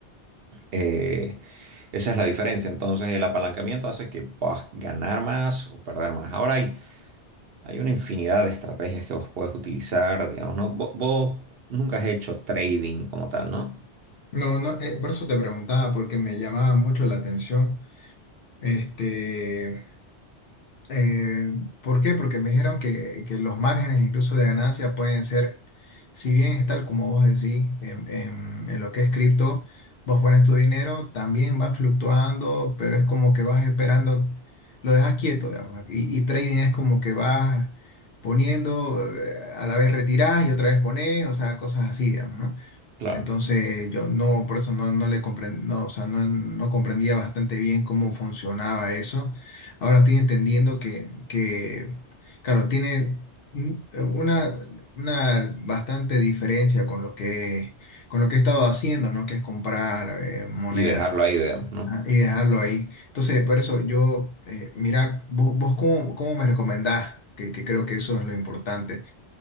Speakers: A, on the right; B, on the left.
A: eh, esa es la diferencia. Entonces, el apalancamiento hace que puedas ganar más o perder más. Ahora hay Hay una infinidad de estrategias que vos podés utilizar, digamos, ¿no? Vo- Vos, nunca has hecho trading como tal, ¿no?
B: No, no, eh, por eso te preguntaba, porque me llamaba mucho la atención. Este. Eh, ¿por qué? Porque me dijeron que, que los márgenes incluso de ganancia pueden ser, si bien es tal como vos decís, en, en- en lo que es cripto, vos pones tu dinero, también va fluctuando, pero es como que vas esperando, lo dejas quieto, digamos, y, y trading es como que vas poniendo, eh, a la vez retirás y otra vez pones, o sea, cosas así, digamos, ¿no?
A: Claro.
B: Entonces yo no, por eso no, no le comprendía, no, o sea, no, no comprendía bastante bien cómo funcionaba eso. Ahora estoy entendiendo que, que claro, tiene un- una, una bastante diferencia con lo que, con lo que he estado haciendo, ¿no? Que es comprar eh, moneda
A: Y dejarlo ahí, digamos, ¿no?
B: ah, y dejarlo ahí. Entonces, por eso yo, eh, mira, vos, vos cómo, cómo me recomendás, que, que creo que eso es lo importante